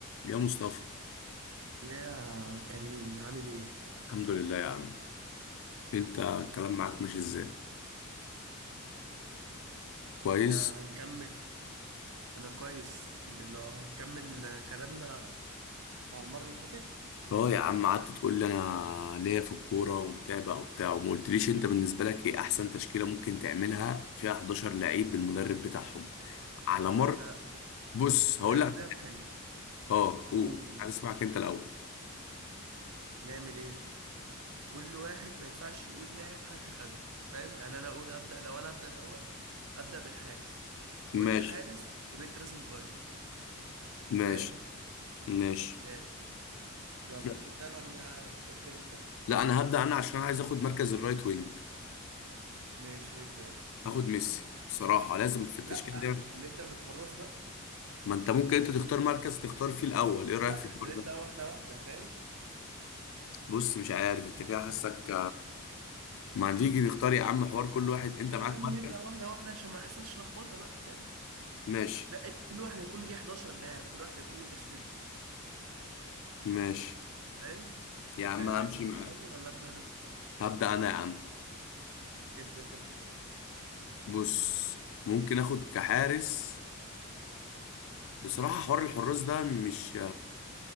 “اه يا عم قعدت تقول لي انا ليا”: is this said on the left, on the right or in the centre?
Left